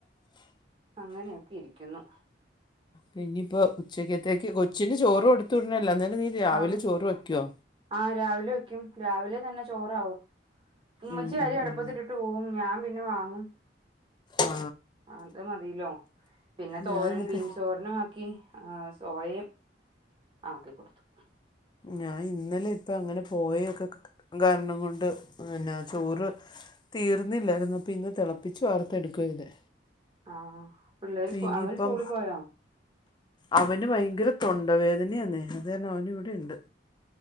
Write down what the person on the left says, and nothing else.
പിന്നെ ഇപ്പോ ഉച്ചക്കത്തേക്ക് കൊച്ചിന് ചോറ് കോട്ത്ത് വിടണല്ലോ അന്നോലം നീ രാവിലെ
ചോറ് വെക്ക്യോ?
ഉം ഉം
ഉം
ആ
ഞാനിപ്പോ
ഞാൻ ഇന്നലെ ഇപ്പ അങ്ങനെ പോയൊക്കെ കാരണം കൊണ്ട് ഇങ്ങനാ ചോറ് തീർന്നില്ലായിരുന്നു അപ്പോ ഇന്ന് തിളപ്പിച്ച് വാർത്തെടുക്കുവായ്തേ
ഇനിയിപ്പം
അവന് ഭയങ്കര തൊണ്ട വേദനയാന്നെ അത് കാരണം അവന് ഇവിടെ ഇണ്ട്